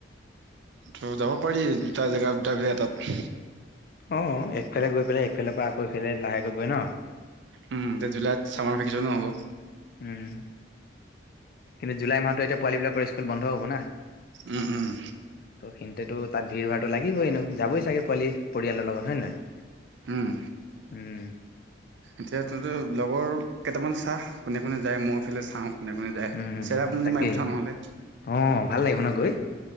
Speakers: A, on the right; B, on the left.
A: ত' যাব পাৰি, দুটা জেগা, দুটা <unintelligible> এটাত।
B: অ', একফালে গৈ পেলাই, একফালৰ পৰা আকৌ এইফালে লাহেকৈ গৈ ন?
A: উম এতিয়া জুলাইত ছামাৰ ভেকেচনো হ'ব।
B: উম, কিন্তু জুলাই মাহতো এতিয়া পোৱালি বিলাকৰ ইস্কুল বন্ধ হ'ব না।
A: উম, উম।
B: ত' সিহঁতেতো তাত ভিৰভাৰটো লাগিবই এনেয়ো, যাবই চাগে পোৱালি, পৰিয়ালৰ লগত হয়নে নাই?
A: উম।
B: উম।
A: এতিয়া ত' লগৰ কেইটামান চা, কোনে, কোনে যায় মই এইফালে চাওঁ। কোনে কোনে যায়।
B: উম,
A: চেৰাপুঞ্জী
B: তাকেই।
A: মাৰি পঠাও নহ'লে
B: অ', ভাল লাগিব ন! গৈ?